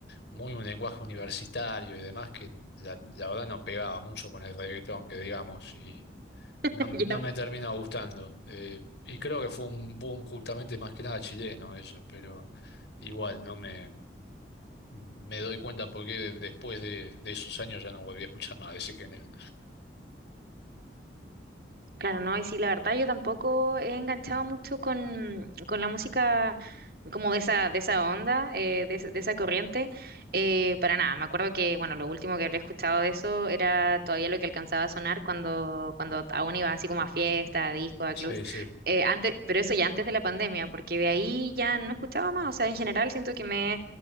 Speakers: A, on the left (about 70°); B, on the right (about 55°).
A: muy un lenguaje universitario y demás que la, la verdad no pegaba mucho con el reggaetón, que digamos,
B: <laughs>
A: no, no
B: Ya.
A: me terminó gustando. eh, y creo que fue un boom justamente más que nada chileno eso, pero igual no me, me doy cuenta porque después de, de esos años ya no volví a escuchar más de ese género.
B: Claro, no, y sí, la verdad yo tampoco he enganchado mucho con, con la música como de esa, de esa onda, eh, de, ese- de esa corriente, eh, para nada. Me acuerdo que, bueno, lo último que había escuchado de eso era todavía lo que alcanzaba a sonar cuando, cuando aún iba así como a fiesta, a discos, a
A: Sí,
B: clubs.
A: sí.
B: Eh, antes, pero eso ya antes de la pandemia, porque de ahí ya no escuchaba más. O sea, en general siento que me